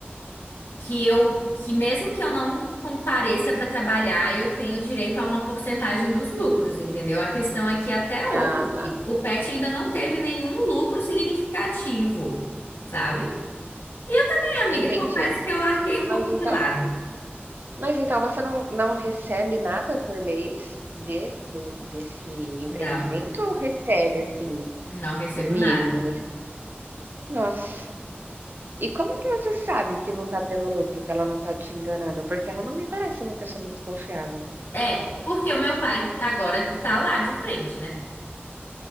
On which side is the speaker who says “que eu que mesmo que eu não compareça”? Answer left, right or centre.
Left